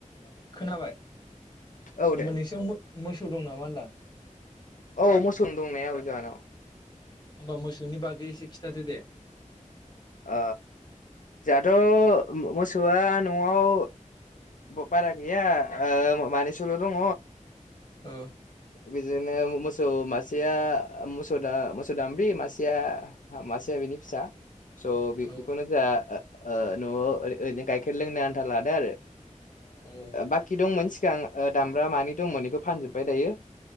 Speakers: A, on the left; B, on the left.
A: खोनाबाय
B: औ
A: होमबा
B: दे
A: नोंसोर मोसौ दं नामा होनदां
B: औ मोसौ दंनाया जाहानाव
A: हबा मोसौनि बागै एसे खिथादो दे
B: अ जोंहाथ' मोसौआ न'आव बारा गैया मानिसल' दङ
A: औ
B: बिदिनो मोसौ मासेया मोसौ मोसौ दाम्ब्रि मासेया मासेया बेनि फिसा स' बे
A: औ
B: बेखौनो जोंहा न'आव ओरैनो गाइखेर लोंनो आन्था लादो आरो
A: औ
B: बाखि दंमोन सिगां दामब्रा मानि दंमोन बेखौ फानजोबबाय दायो